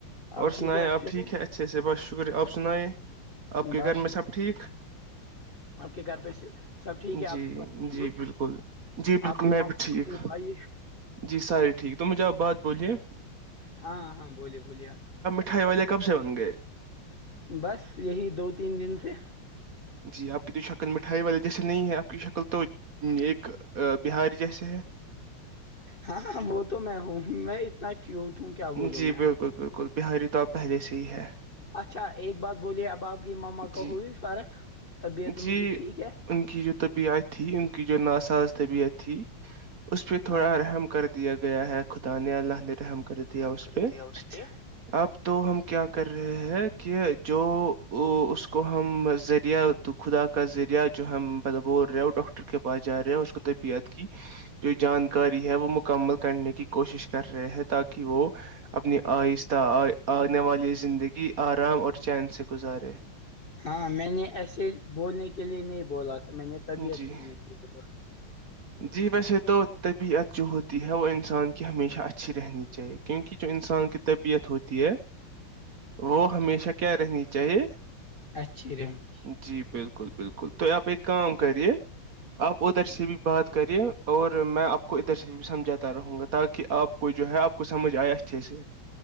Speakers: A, on the right (about 55°); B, on the left (about 50°).
A: اور
B: آپ ٹھیک
A: سنائ
B: ہو اچھے
A: آپ ٹھیک
B: سے؟
A: ہے اچھے سے بت شکریہ آپ سنیں آپ کے
B: بس
A: گھر میں سب ٹھیک
B: آپ کے گھر پہ سے- سب ٹھیک ہے آپ
A: جی
B: کے پاس ٹھیک
A: جی
B: ہے؟
A: بالکل جی بالکل
B: آپ کی
A: میں
B: ماں
A: بھی ٹھیک ٹھیک
B: آپ کے بھائی
A: جی ساریے ٹھیک تو مجھے آپ بات بولیے
B: ہاں ہاں بولیے بولیے آپ
A: کھائے والے کب سے بن گئے
B: بس یہی دو تین دن سے
A: جی آپ کی تو شکل مٹھائی والے جیسے نہیں ہے آپ کی شکل تو ایک بہار جیسے ہے
B: ہاں ہاں وہ تو میں ہوں میں اتنا کیوںٹوں کیا بولوں
A: جی
B: میں آپ
A: بالکل
B: کو۔
A: بالکل بہاری تو آبپ پہلے سے ہی ہے
B: اچھا ایک بات بولیے اب آپ کی مما کو
A: جی
B: ہوئی فرق طبیعت ان
A: جی
B: کی ٹھیک ہے
A: ان کی جو طبیعت تھی ان کی جو نا ساز طبیعت تھی اس پہ تھوڑا
B: ہاں
A: رحم کر دیا گیا ہے خداان اللہ نے رحم کر یا اس
B: ہم کر
A: پہ
B: دیا اس نے
A: اب تو ہم کیا کر رہے ہیں کہ جو اس کو ہم ذریعہ تو خدا کا ذریعہ جو ہم بل بول رہے ہو ڈاکٹر کے پاس جا رہے ہو اس کو طربیعت کی جو جانکاری ہے وہ مکمل کرنے کی کوشش کر رہے ہیں تاکہ وہ اپنی آہستہ آنے والی زندگی آرام اور چین سے گزارے
B: ہاں میں نے ایسے بولنے کے لیے نہیں بولا تھا میں نے طبیعت
A: جی
B: بولنے ج بر
A: جی میںسے تو طبیعت جو ہوتی ہے وہ انسان کی ہمیشہ اچھی رہنی چاہیے کیونکہ جو انسان کی طبیعت ہوتی ہے وہ ہمیشہ کیا رہنی چاہیے
B: اچھی رینج
A: جی بالکل بالکل تو آپ ایک کام کریے آپ ادھر
B: کیا۔
A: سے بھی بات کرے اور میں آپ کو ادھر سے سمجھاتا رہوں گا تاکہ آپ کو جو ہے آپ کو سمجھ آئے اچھے سے